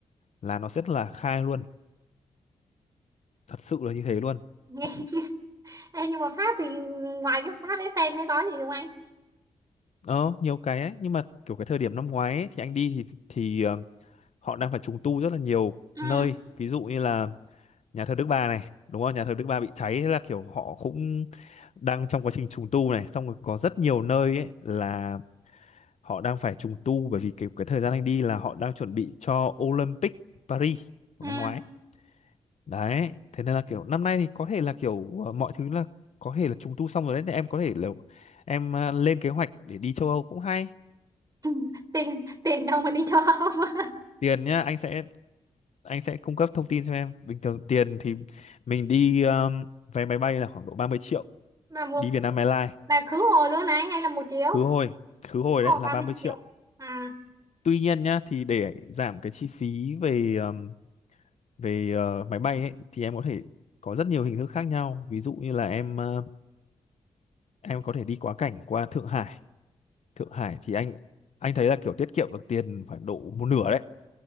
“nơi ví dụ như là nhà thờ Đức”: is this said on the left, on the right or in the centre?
Left